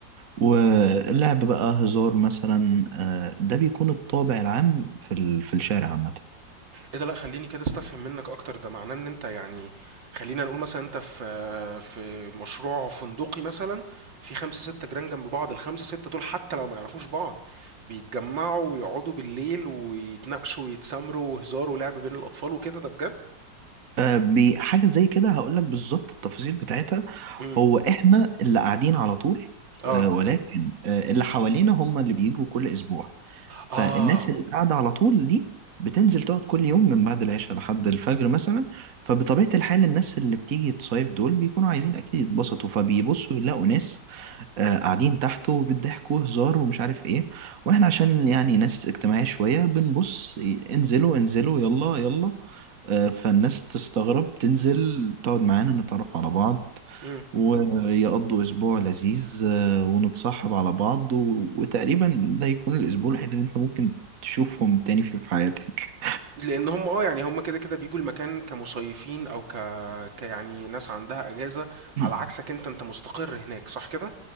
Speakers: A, on the right; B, on the right.
A: واللعب بقى هزار مثلا آه، ده بيكون الطابع العام في ال- في الشارع عامة
B: ايه ده لا خليني كده استفهم منك اكتر ده معناه ان انت يعني خلينا نقول مثلا انت في في مشروع فندقي مثلا في خمسة ستة جيران جنب بعض الخمسة ستة دول حتى لو ما يعرفوش بعض بيتجمعوا ويقعدوا بالليل ويتناقشوا ويتسامروا وهزار ولعب بين الاطفال وكده ده بجد
A: آه، بي- حاجة زي كده هقول لك بالظبط التفاصيل بتاعتها
B: امم
A: هو احنا اللي قاعدين على طول
B: اه
A: آه، ولكن آه، اللي حوالينا هم اللي بيجوا كل اسبوع فالناس
B: اه
A: اللي قاعدة على طول دي بتنزل تقعد كل يوم من بعد العشاء لحد الفجر مثلا فبطبيعة الحال الناس اللي بتيجي تصيف دول بيكونوا عايزين أكيد يتبسطوا فبيبصوا يلاقوا ناس آه، قاعدين تحته بيضحكوا هزار ومش عارف ايه واحنا عشان يعني ناس اجتماعية شوية بنبص انزلوا انزلوا يلا يلا آه، فالناس تستغرب تنزل تقعد معانا نتعرف على بعض
B: امم
A: ويقضوا أسبوع لذيذ آه، ونتصاحب على بعض و... وتقريبا ده يكون الأسبوع الوحيد اللي أنت ممكن تشوفهم تاني فيه في حياتك
B: لان هم اه يعني هم كده كده بيجوا المكان كمصيفين او ك... كيعني ناس عندها اجازة
A: <laughs>
B: على عكسك انت انت مستقر هناك صح كده